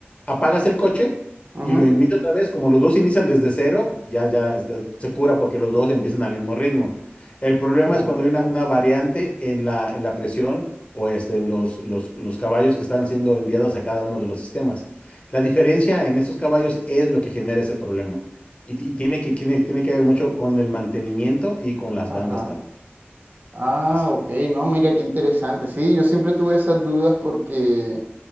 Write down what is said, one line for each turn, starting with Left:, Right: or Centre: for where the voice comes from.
Left: apagas el coche
Right: Ujú.
Left: y lo inicias otra vez, como los dos inician desde cero, ya, ya este, se cura porque los dos empiezan al mismo ritmo. El problema
Right: Ajá,
Left: es cuando hay una, una variante en la, en la presión o este, en los, los, los caballos que están siendo enviados a cada uno de los sistemas. La diferencia en esos caballos es lo que genera ese problema. Y, ti- y tiene que, tiene, tiene que ver mucho con el mantenimiento y con las
Right: ajá.
Left: bandas también.
Right: Ah,
Left: Así.
Right: ok, no, mira qué interesante. Sí, yo siempre tuve esas dudas porque